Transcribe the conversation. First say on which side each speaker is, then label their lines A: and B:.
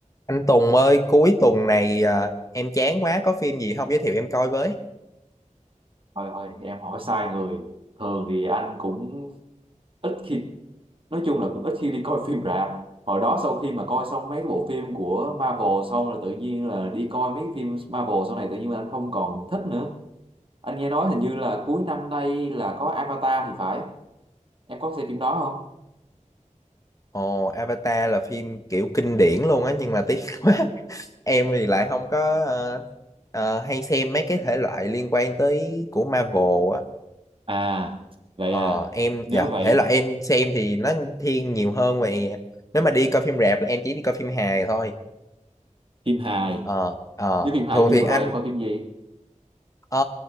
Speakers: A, on the left (about 25°); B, on the right (about 45°).
A: Anh Tùng ơi, cuối tuần này à, em chán quá, có phim gì không giới thiệu em coi với?
B: Thôi thôi em hỏi sai người thường thì anh cũng ít khi nói chung là cũng ít khi đi coi phim rạp hồi đó sau khi mà coi xong mấy cái bộ phim của Marvel xong là tự nhiên là đi coi mấy cái phim Marvel sau này tự nhiên là anh không còn thích nữa anh nghe nói hình như là cuối năm nay là có Avatar thì phải em có xem phim đó không
A: Ồ, Avatar là phim kiểu kinh điển luôn á, nhưng mà tiếc <laughs> quá. Em thì lại không có ờ, ờ, hay xem mấy cái thể loại liên quan tới của Marvel á.
B: À, vậy
A: Ờ,
B: à,
A: em,
B: nếu
A: dạ,
B: vậy
A: thể loại em xem thì nó thiên nhiều hơn về... Nếu mà đi coi phim rạp là em chỉ đi coi phim hài thôi.
B: phim hài
A: Ờ, ờ,
B: nếu phim hài
A: thường
B: như
A: thì
B: vừa
A: anh
B: rồi em coi phim gì
A: Ờ,